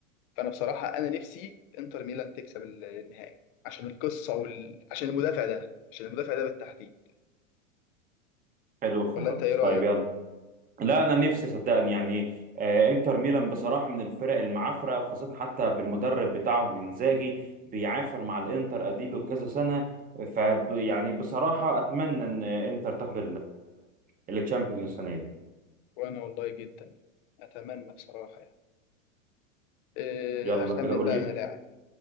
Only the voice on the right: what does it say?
حلو خالص
طيب يلا لا انا نفسي صدقني يعني آه، انتر ميلان بصراحه من الفرق المعافره وخاصه حتى بالمدرب بتاعهم انزاجي بيعافر مع الانتر اديله كذا سنه ف يعني
بصراحه اتمنى ان انتر تاخد الشامبيونز السنه دي
يلا
كده قول
لي